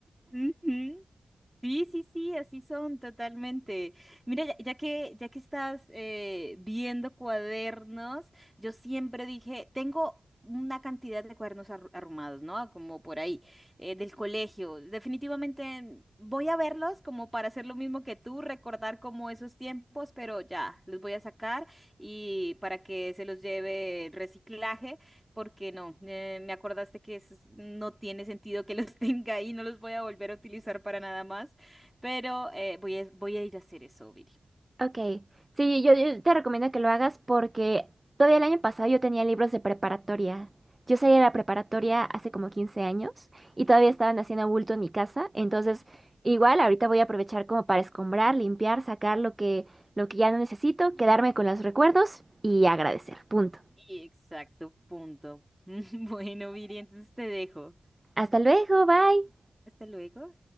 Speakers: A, in the centre; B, on the right.
A: ujú. Sí, sí, sí, así son totalmente. Mira, ya, ya que ya que estás eh, viendo cuadernos, yo siempre dije, tengo una cantidad de cuadernos arru- arrumados, ¿no? Como por ahí, eh, del colegio. Definitivamente voy a verlos como para hacer lo mismo que tú, recordar como esos tiempos, pero ya, los voy a sacar y para que se los lleve el reciclaje porque no, eh, me acordaste que es- no tiene sentido que los <laughs> tenga ahí, no los voy a volver a utilizar para nada más, pero eh, voy a, voy a ir a hacer eso, Viri.
B: Ok, sí, yo, yo te recomiendo que lo hagas porque todavía el año pasado yo tenía libros de preparatoria. Yo salí de la preparatoria hace como 15 años y todavía
A: Sí.
B: estaban haciendo bulto en mi casa. Entonces, igual ahorita voy a aprovechar como para escombrar, limpiar, sacar lo que, lo que ya no necesito, quedarme con los recuerdos y agradecer. Punto.
A: Y Exacto, punto. <laughs> Bueno, Viri, entonces te dejo.
B: Hasta luego, bye.
A: Hasta luego.